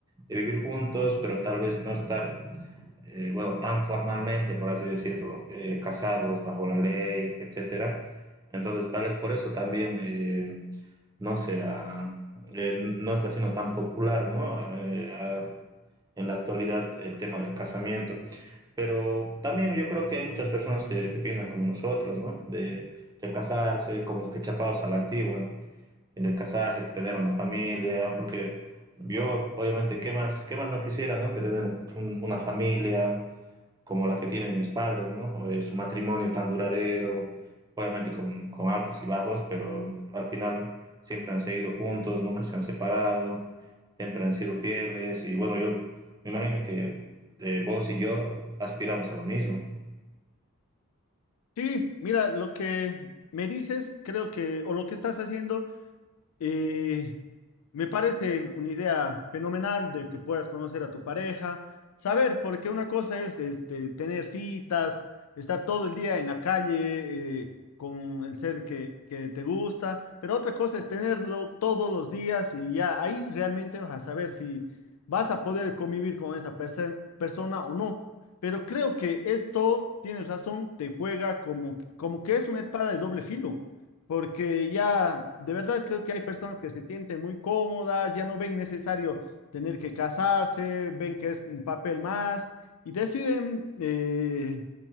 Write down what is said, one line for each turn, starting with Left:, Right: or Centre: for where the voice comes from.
Right: de vivir juntos, pero tal vez no estar, eh, bueno, tan formalmente, por así decirlo, eh, casados bajo la ley, etcétera. Entonces, tal vez por eso también eh, no sea, eh, no está siendo tan popular, ¿no? Eh, A, en la actualidad el tema del casamiento. Pero también yo creo que hay muchas personas que, que piensan como nosotros, ¿no? De, de, casarse, como que chapados a la antigua, ¿no? Eh, De casarse, que tener una familia, porque yo, obviamente, ¿qué más, qué más no quisiera, ¿no? Que tener un, un, una familia, como la que tienen mis padres, ¿no? O, eh, su matrimonio tan duradero, obviamente con, con, altos y bajos, pero al final siempre han seguido juntos, nunca se han separado, siempre han sido fieles y bueno, yo me imagino que eh, vos y yo aspiramos a lo mismo.
Left: Sí, mira, lo que me dices, creo que, o lo que estás haciendo. Y me parece una idea fenomenal de que puedas conocer a tu pareja, saber, porque una cosa es este, tener citas, estar todo el día en la calle eh, con el ser que, que te gusta, pero otra cosa es tenerlo todos los días y ya ahí realmente vas a saber si vas a poder convivir con esa perse- persona o no. Pero creo que esto, tienes razón, te juega como, como que es una espada de doble filo porque ya de verdad creo que hay personas que se sienten muy cómodas, ya no ven necesario tener que casarse, ven que es un papel más y deciden eh,